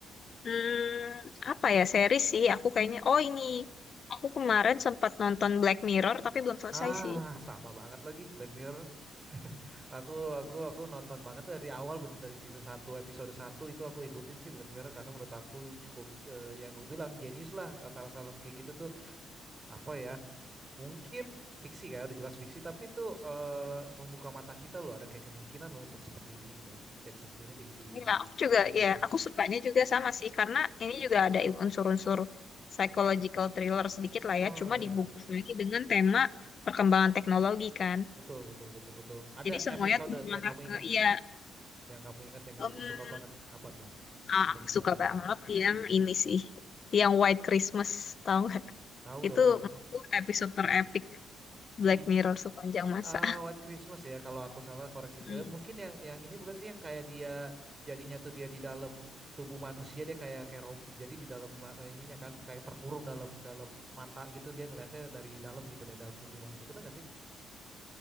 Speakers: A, on the left (about 50°); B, on the right (about 25°).
A: Hmm, apa ya series sih? Aku kayaknya. Oh ini. Aku kemarin sempat nonton Black Mirror tapi belum selesai
B: Ah,
A: sih.
B: sama banget lagi Black Mirror. Aku aku aku nonton banget dari awal bener dari season satu episode satu itu aku ikutin sih Black Mirror karena menurut aku cukup eh, yang aku bilang jenius lah eh, film-film kayak gitu tuh apa ya mungkin fiksi ya udah jelas fiksi tapi tuh eh, membuka mata kita loh ada kayak kemungkinan loh untuk seperti ini gitu untuk jadi seperti ini di di
A: Iya,
B: di,
A: aku juga.
B: di masa
A: Ya,
B: depan.
A: aku sukanya juga sama sih karena ini juga ada unsur-unsur psychological thriller sedikit lah
B: Oh
A: ya. Cuma
B: ya
A: dibungkus
B: ya.
A: lagi dengan tema perkembangan teknologi kan.
B: Betul betul betul betul. Ada
A: Jadi semuanya
B: episode
A: tuh mengarah
B: yang kamu
A: ke
B: ingat,
A: iya
B: yang kamu ingat yang
A: em,
B: kamu suka banget apa tuh?
A: ah,
B: Coba kita
A: suka
B: bahas.
A: banget yang ini sih, yang White Christmas tau nggak? <laughs>
B: Tahu dong.
A: Itu itu episode terepik Black
B: Em,
A: Mirror sepanjang masa.
B: eh White Christmas ya kalau aku salah koreksi
A: Hmm.
B: Eh, mungkin yang yang ini bukan sih yang kayak dia jadinya tuh dia di dalam tubuh manusia dia kayak kayak rob- jadi di dalam eh, ininya kan kayak terkurung dalam dalam mata gitu dia ngelihatnya dari dalam gitu dari dalam tubuh manusia bener gak sih